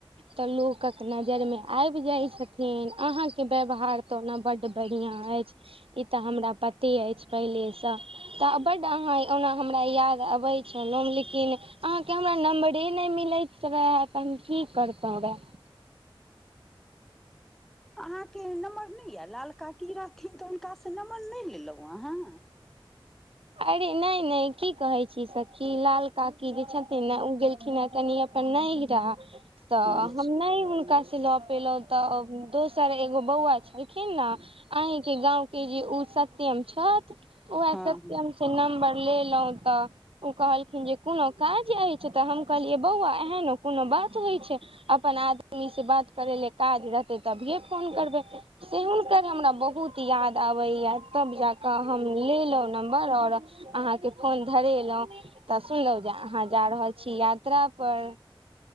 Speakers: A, on the right; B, in the centre.
A: तऽ लोकक नजरि मे आबि जाय छथिन अहा के व्यवहार तऽ ओना बड बढ़िआँ अछि ई तऽ हमरा पते अछि पहिले सँ त बड्ड अहाँ ओना हमरा याद अबै छलहुँ लेकिन अहाँके हमरा नम्बरे नहि मिलैत रहए तऽ हम की करतहु रहए
B: अहाँके नम्बर नहि यै लाल काकी रहथिन तऽ हुनका से नम्बर नहि लेलहुं अहाँ
A: अरे नहि नहि की कहे छी सखी लाल काकी जे छथिन ने उ गेलखिन हे कनि नहिरा तऽ
B: अच्छा
A: हम नहि हुनका सँ नहि ल पेलहुं तऽ दोसर एगो बौआ छलखिन ने अहींके गाँंव के जे ओ सत्यम छथि उएह
B: हँ
A: सत
B: हँ
A: से नंबर लेलूह त ओ कहलखिन जे कोनो काज अछि तऽ हम कहलियै बौआ एहन कोनो बात होइ छै अपन आदमी से बात करै लए काज रहतै तभिए फोन करबै से हुनकर हमरा बहुत याद आबैया तब जाकऽ हम लेलहुँ नम आऔर अहाँके फोन धरेलहु तऽ सुनलहु जे अहाँ जा रहल छी यात्रा पर